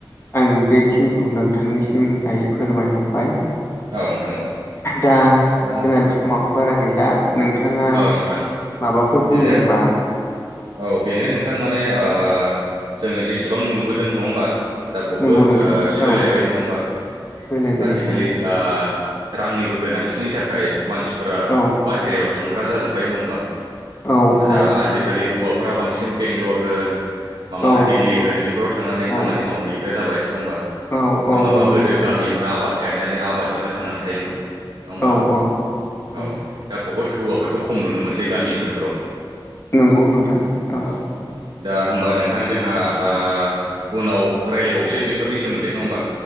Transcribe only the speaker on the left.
आं बेखिनिखौ खौ नोंथांनिसिम दायो फोरमायहरबाय
दा
जोंहा समाबो
बारा गैला नोंथाङा
माबाफोर
बुङोबा
नंगौ नोंथां
औ
सोलायबाय
नंगौ
औ
औ औ
औ
औ
औ
औ नंगौ
औ औ नंगौ
नंगौ नोंथां औ‌